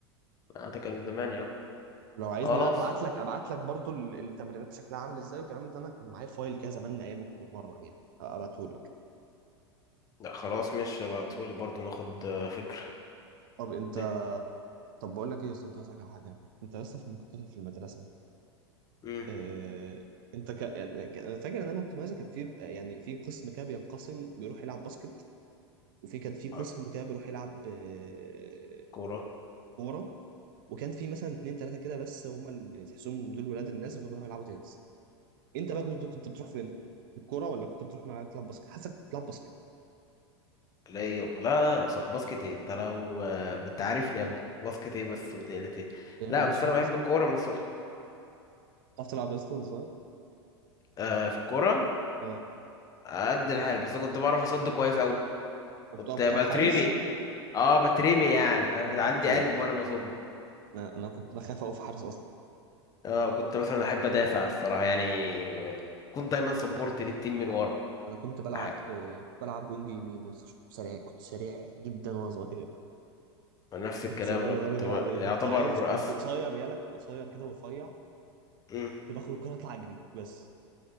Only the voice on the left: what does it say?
آه، ده كان زمان يا عم.
خلاص
لا خلاص ماشي ابعتهولي برضو ناخد آه، فكره
الدنيا
امم
على
الكوره
بلاي أوف. لا لا ص- باسكت ايه انت لو آه، انت عارفني يا ابني باسكت ايه بس وديلة ايه
لا
بس
انا
بحب الكوره من صغري
آه في الكوره
قد الحال بس كنت بعرف اصد كويس قوي
كنت بترمي
اه بترمي يعني فاهم
عندي قلب وانا بصد
اه كنت مثلا احب ادافع الصراحه يعني كنت دايما سبورت للتيم من ورا
ده حاجه
نفس الكلام
انا
كنت
ب-
يعتبر
أس...
مم.